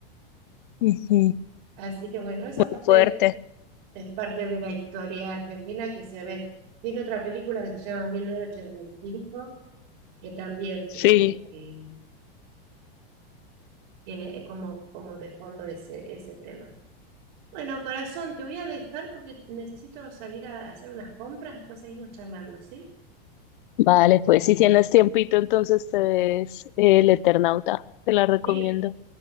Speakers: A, on the left; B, on the right.
A: Ujú.
B: Así que bueno, esa
A: Muy
B: es parte,
A: fuerte.
B: es parte de la historia argentina que se ve. Tiene otra película que se llama 1985, que también tiene,
A: Sí.
B: eh, tiene como, como de fondo ese, ese tema. Bueno, corazón, te voy a dejar porque necesito salir a hacer unas compras, después seguimos charlando, ¿sí?
A: Vale, pues si tienes tiempito, entonces te ves eh, El Eternauta. Te la recomiendo.
B: Sí,